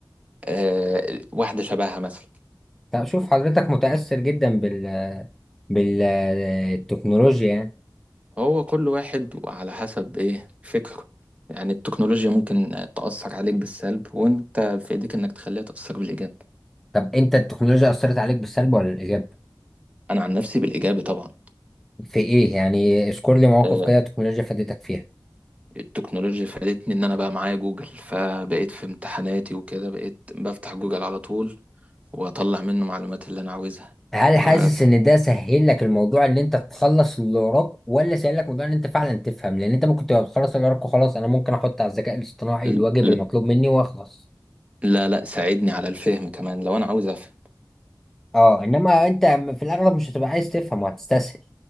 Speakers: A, on the right (about 15°); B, in the centre.
A: آه، واحدة شبهها مثلا
B: طب شوف حضرتك متأثر جدا بال بالتكنولوجيا يعني
A: هو كل واحد وعلى حسب ايه فكره يعني التكنولوجيا ممكن تأثر عليك بالسلب وانت في ايديك انك تخليها تأثر بالإيجاب
B: طب انت التكنولوجيا اثرت عليك بالسلب ولا الايجاب
A: انا عن نفسي بالإيجابي طبعا
B: في ايه يعني اذكر لي مواقف
A: آه،
B: كده التكنولوجيا فادتك فيها
A: التكنولوجيا فادتني ان انا بقى معايا جوجل فبقيت في امتحاناتي وكده بقيت بفتح جوجل على طول واطلع منه معلومات اللي انا عاوزها
B: هل
A: و
B: حاسس ان ده سهل لك الموضوع ان انت تخلص اللي وراك ولا سهل لك موضوع ان انت فعلا تفهم لان انت ممكن تبقى بتخلص اللي وراك وخلاص انا ممكن احط على الذكاء الاصطناعي
A: ل-
B: الواجب
A: ل-
B: المطلوب مني واخلص
A: لا لا ساعدني على الفهم كمان لو انا عاوز افهم
B: اه انما انت م- في الاغلب مش هتبقى عايز تفهم وهتستسهل